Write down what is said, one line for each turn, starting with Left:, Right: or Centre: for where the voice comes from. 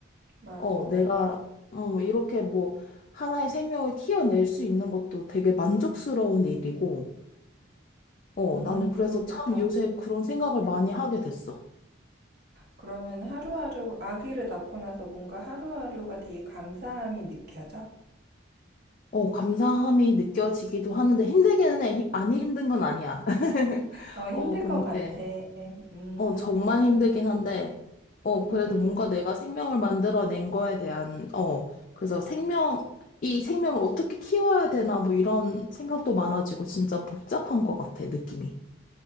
Right: 맞아.
Left: 어, 내가, 음, 이렇게 뭐, 하나의 생명을 키워낼 수 있는 것도 되게 만족스러운 일이고, 어,
Right: 음,
Left: 나는 그래서
Right: 그러겠다.
Left: 참 요새 그런 생각을 많이 하게 됐어.
Right: 그러면 하루하루 아기를 낳고 나서 뭔가 하루하루가 되게 감사함이 느껴져?
Left: 어, 감사함이 느껴지기도 하는데 힘들기는 해. 힘- 안 힘든 건 아니야. <laughs>
Right: 어, 힘들
Left: 어, 근데,
Right: 것 같아. 음,
Left: 어, 정말
Right: 그렇구나.
Left: 힘들긴 한데, 어, 그래도
Right: 음, 음.
Left: 뭔가 내가 생명을 만들어낸 거에 대한, 어, 그래서 생명, 이 생명을 어떻게 키워야 되나, 뭐 이런 생각도 많아지고, 진짜 복잡한 것 같아, 느낌이.